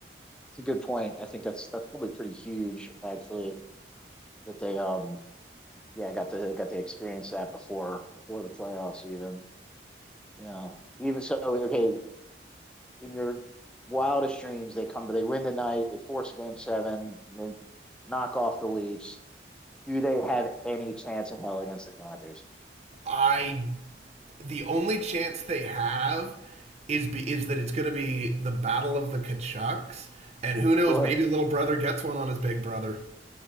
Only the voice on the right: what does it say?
I the only chance they have is be, is that it's going to be the battle of the Kachucks, and who knows,
maybe little brother gets one on his big brother.